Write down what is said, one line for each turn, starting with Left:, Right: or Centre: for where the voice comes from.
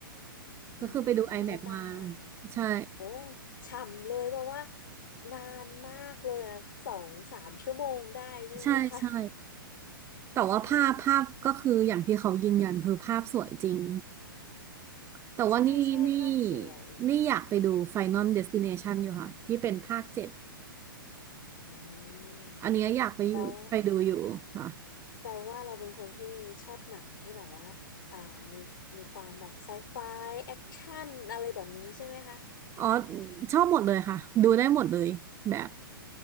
Left: อืมอวตาร
Right: ก็คือไปดู IMAX มกซ์มาใช่
Left: โอ้ฉ่ำเลยเพราะว่านานมากเลยนะสองสามชั่วโมงได้ใช่ไหมคะ
Right: ใช่ใช่แต่ว่าภาพภาพก็คืออย่างที่เขายืนยันคือภาพสวยจริง
Left: อืม
Right: แต่ว่านี่นี่
Left: ใช่ใช่ภาพสวย
Right: นี่อยากไปดู Final Destination อลเดสติเนชันอยู่ค่ะที่เป็นภาคเจ็ด
Left: อืม
Right: อันเนี้ยอยากไปอยู่ไปดูอยู่ค่ะ
Left: แล้วแปลว่าเราเป็นคนที่ชอบหนังที่แบบว่าอ่ามีมีความแบบไซไฟแอคชั่นอะไรแบบนี้ใช่ไหมคะ
Right: อ๋อชอบหมดเลยค่ะดูได้หมดเลยแบบ